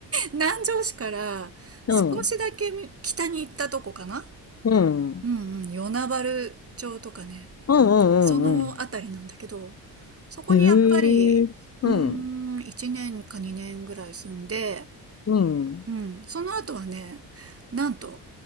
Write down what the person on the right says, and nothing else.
南城市から少しだけ北に行ったとこかな
うんうん、与那原町とかね、
そのあたりなんだけど、そこにやっぱり、
うーん、
1年か2年ぐらい住んで、
うん、その後はね、なんと、